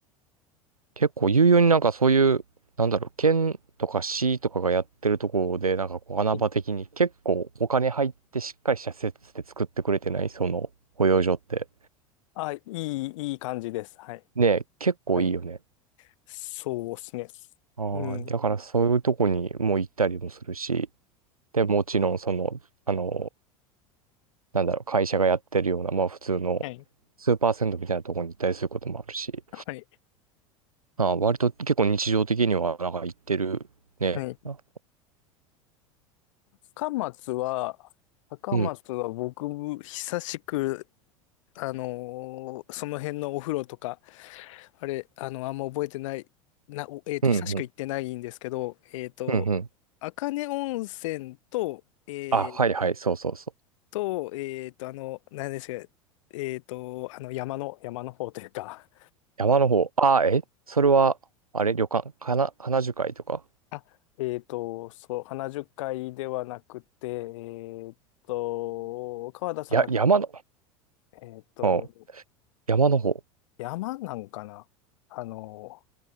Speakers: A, on the right; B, on the left.
A: 結構有用になんかそういう、なんだろう、県とか市とかがやってるところで、なんかこう穴場的に結構お金入ってしっかりした施設で作ってくれてないその保養所って。
B: いい、あいい、いい感じです。はい。
A: ねえ、結構いいよね。
B: はい。そうですね。
A: ああ、
B: うん。
A: だからそういうとこにも行ったりもするし、で、もちろんその、あの、なんだろう、会社がやってるような、まあ普通の
B: はい。
A: スーパー銭湯みたいなところに行ったりすることもあるし、
B: はい。
A: ああ、割と結構日常的にはなんか行ってるね。
B: はい。
A: あの
B: 高松は、高松は僕、
A: うん、
B: 久しく、あのーその辺のお風呂とか、あれ、あの、あんま覚えてない、な、おえっと、
A: うん、
B: 久しく行ってないんですけど、
A: うん、
B: えっと、
A: うん、うん。
B: 赤根温泉と、えっ
A: あ、はいはい、そうそうそう。
B: と、えっと、あの、何ですか、えっと、あの、山の、山の方というか、
A: 山の方。あ、えそれは、あれ、旅館、花、花樹海とか。
B: <laughs> あ、えっと、そう、花樹海ではなくて、えっと、川田さんが、
A: や、山の、
B: えっと、
A: うん、山の方。
B: 山なんかなあの、